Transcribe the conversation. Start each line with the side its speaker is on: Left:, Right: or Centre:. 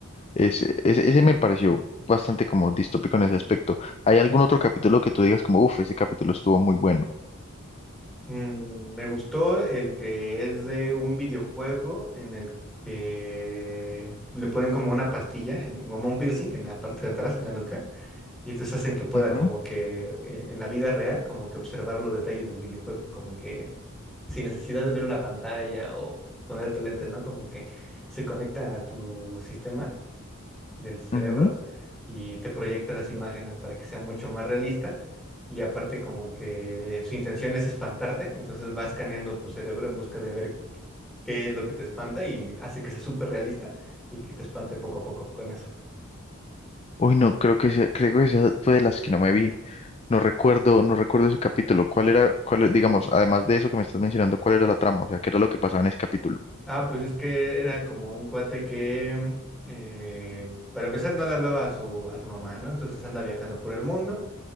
Left: es, es- es- ese me pareció bastante como distópico en ese aspecto. ¿Hay algún otro capítulo que tú digas como, uff, ese capítulo estuvo muy bueno?
Centre: Mm, me gustó el que es de un videojuego en el que le ponen como una pastilla, en, como un piercing en la parte de atrás, en la nuca, y entonces hacen que pueda
Left: Ujú,
Centre: como que eh, en la vida real, como que observar los detalles del videojuego, como que sin necesidad de ver una pantalla o ponerte lentes, ¿no? Como que se conecta a tu sistema del cerebro
Left: ujú.
Centre: y te proyecta las imágenes para que sea mucho más realista. Y aparte como que su intención es espantarte, entonces va escaneando tu cerebro en busca de ver qué es lo que te espanta y hace que sea súper realista y que te espante poco a poco con eso.
Left: Uy, no, creo que ese- creo que esa fue de las que no me vi. No recuerdo, no recuerdo ese capítulo. ¿Cuál era, cuál, era- digamos, además de eso que me estás mencionando, cuál era la trama? O sea, ¿qué era lo que pasaba en ese capítulo?
Centre: Ah, pues es que era como un cuate que, mm, eh, para empezar, no le hablaba a su, a su mamá, ¿no? Entonces anda viajando por el mundo